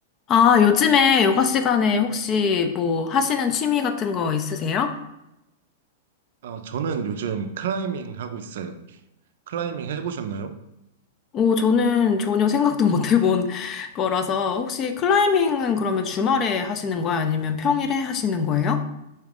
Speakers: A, on the left (about 35°); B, on the right (about 70°).
A: 아, 요즘에 요가 시간에 혹시 뭐 하시는 취미 같은 거 있으세요?
B: 아, 저는 요즘 클라이밍 하고 있어요. 클라이밍 해보셨나요?
A: 오, 저는 전혀 생각도 못 해본 <laughs> 거라서 혹시 클라이밍은 그러면 주말에 하시는 거예요? 아니면 평일에 하시는 거예요?